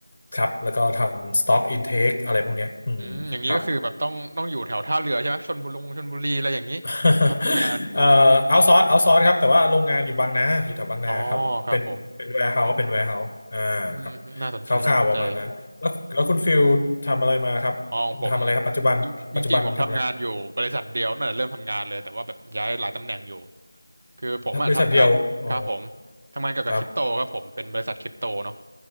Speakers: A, on the left; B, on the right.
A: ครับแล้วก็ทำ stock intake อะไรพวกเนี้ยอืมครับ
B: อืมอย่างนี้ก็คือแบบต้องต้องอยู่แถวท่าเรือใช่ไหมชลบุรีชลบุรีอะไรอย่างนี้
A: <laughs>
B: ตอนทำงาน
A: เอ่อเอาซอร์สเอาซอร์สครับแต่ว่าโรงงานอยู่บางนาอยู่แถวบางนาครับเป็นเป็นแวร์เฮาส์เป็นแวร์เฮาส์อ่าครับ
B: อ๋อครับผมอืมน่าสนใจน่าสนใจ
A: คร่าวๆประมาณนั้นแล้วแล้วคุณฟิลทำอะไรมาครับ
B: อ๋อของผม
A: ทำอะไรครับปัจจุบันปัจจุบันทำอะไร
B: จริงจริงๆผมทำงานอยู่บริษัทเดียวน่ะเริ่มทำงานเลยแต่ว่าแบบย้ายหลายตำแหน่งอยู่คือผมอะทำงานครับผม
A: ทำบริษัทเดียวอ๋อ
B: ทำงานเกี่ยวกับคริปโตครับผมเป็นบริษัทคริปโตเนาะ
A: ครับ